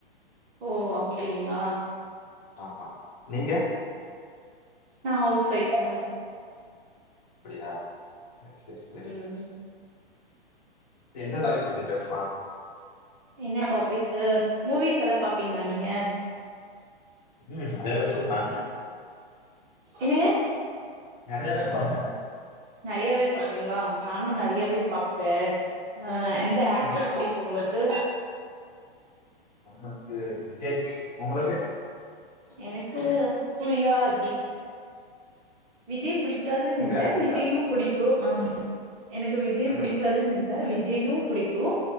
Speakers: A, on the right (about 20°); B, on the left (about 45°).
A: ஓ அப்டிங்ளா
B: ஆமா நீங்க
A: நான் ஹவுஸ் வைஃப்புங்க
B: அப்டியா செரி செரி செரி
A: ம்
B: எங்த வேலை சுத்தி பேஸ்வா
A: என்ன டாப்பிக்கு மூவிஸ் எல்லாம் பாப்பீங்ளா நீங்க
B: உம் அதே தான் சொன்னா
A: என்னங்க
B: நறையாவே பாப்பே
A: நறையாவே பாப்பீங்களா நானும் நறையாவே
B: ஆமா
A: பாப்பே ஆ எந்த
B: ஆ,
A: ஆக்டர் பிடிக் உங்ளுக்கு
B: நமக்கு விஜய் உங்களுக்கு
A: எனக்கு சூர்யா அஜித் விஜய் புடிக்காதுன்னு
B: உங்களுடைய
A: இல்ல
B: அஜித்தா
A: விஜய்யும் புடிக்கும் ஆம் எனக்கு விஜய்
B: ஆ,
A: புடிக்காதுன்னு இல்ல விஜய்யும் புடிக்கும்